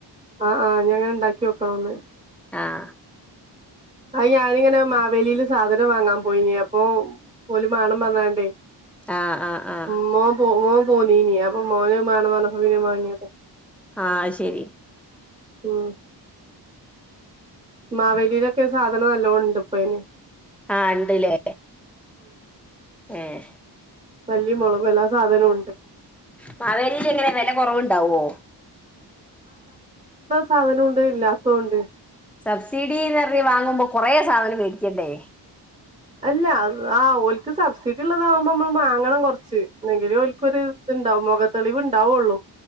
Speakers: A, on the right; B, in the centre.
A: ആഹ് ആഹ് ഞ ഞാ ഉണ്ടാക്ക്യോക്കണോന്ന്
B: ആഹ്
A: ആഹ ഞാനിങ്ങനെ മാവേലീല് സാധനം വാങ്ങാൻ പോയിനി അപ്പൊ ഓല് മാണം പറഞ്ഞാണ്ടേ
B: ആഹ് ആഹ് ആഹ്
A: ഉമ്മൊ പോ <unintelligible> ൻ പോന്നീനി അപ്പൊ മോനഹ്മാണം പറ്ഞ്ഞപ്പം പിന്നെ വാങ്ങിയ
B: ആഹ് ശരി
A: ഉം മാവേലിയിലൊക്കെ സാധനം നല്ലോം ഉണ്ട് ഇപ്പ അയ്ന്
B: ആഹ് ഇണ്ട്ല്ലേ ഏഹ്
A: മല്ലി മൊളകും എല്ലാ സാധനുഉ
B: മാവേലിയിലങ്ങനെ വെല കൊറവുണ്ടാവോ
A: സാധനു ഉണ്ട് ഇല്ലാത്തൊണ്ട്
B: സബ്സിഡിന്ന്റ ഞ് വാങ്ങുമ്പോ കൊറെ സാധനം മേടിക്കണ്ടെ
A: അല്ല ആ ഓല്ക്ക് സബ്സിഡി ഉള്ളതാാവുമ്പോ നമ്മള് മാങ്ങണം കൊറച്ച് എങ്കിലേ ഓല്കൊര്ഇത്ണ്ട മൊഖ തെളിവ് ഇണ്ടാവുള്ളു